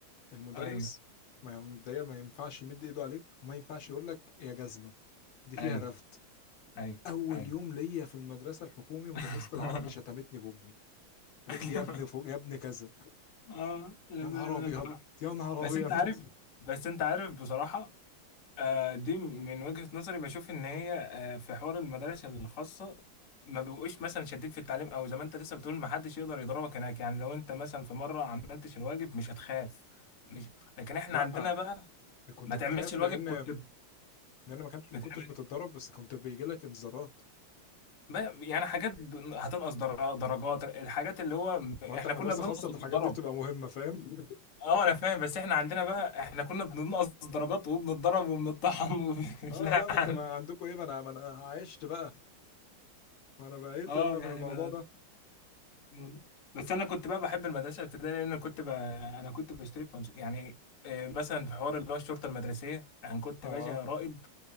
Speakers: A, on the left; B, on the left.
A: المدرس
B: ايوه
A: ما مبدئيا ما ينفعش يمد ايده عليك وما ينفعش يقول لك يا جزمه دي فيها
B: ايوه
A: رفد
B: ايوه
A: اول
B: ايوه
A: يوم ليا في المدرسه الحكومي مدرسه
B: <laughs>
A: العربي شتمتني بامي قالت
B: ايوه
A: لي يا ابن فوق يا ابن كذا
B: اه انا
A: يا نهار
B: فاهم
A: ابيض
B: انا فاهم
A: يا نهار
B: بس
A: ابيض
B: انت عارف بس انت عارف بصراحة آه دي من وجهة نظري بشوف ان هي آه في حوار المدارس الخاصة ما بيبقوش مثلا شادين في التعليم او زي ما انت لسه بتقول ما حدش يقدر يضربك هناك يعني لو انت مثلا في مرة عملتش الواجب مش هتخاف مش لكن
A: <laughs>
B: احنا
A: لا
B: عندنا بقى
A: كنت
B: ما
A: بتخاف
B: تعملش الواجب
A: لان
B: كنت
A: لان انا ما كنتش
B: بتعمل
A: ما كنتش بتتضرب بس كنت بيجي لك انذارات
B: ما- يعني حاجات ب- هتنقص در- درجات الحاجات اللي هو م-
A: ما انت
B: احنا
A: في
B: كنا
A: مدرسه
B: بننقص
A: خاصه
B: وبنتضرب
A: الحاجات دي بتبقى مهمه فاهم <laughs>
B: اه انا فاهم بس احنا عندنا بقى احنا كنا بننقص درجات وبنتضرب وبنطحن وبنتلعن
A: اه لا ما انت ما عندكم ايه ما انا ما انا عشت بقى ما انا بقيت
B: اه
A: انا
B: يعني
A: في الموضوع
B: ده
A: ده
B: ده الموضوع. بس انا كنت بقى بحب المدرسه الابتدائيه لان كنت ب... انا كنت بشترك في أنش- يعني آه، مثلا في حوار اللي هو الشرطه المدرسيه يعني كنت
A: اه
B: باشا رائد